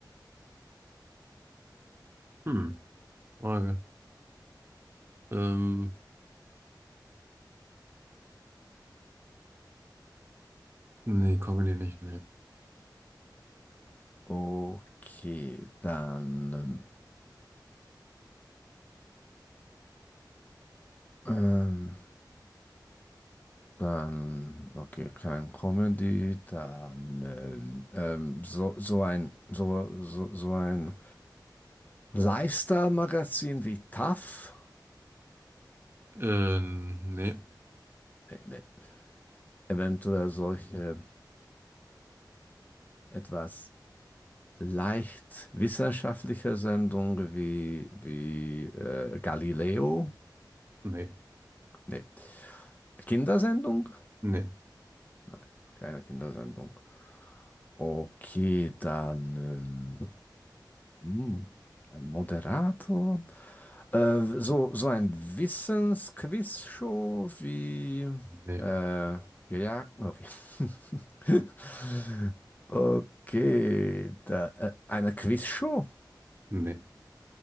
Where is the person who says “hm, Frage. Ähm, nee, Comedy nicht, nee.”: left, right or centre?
Right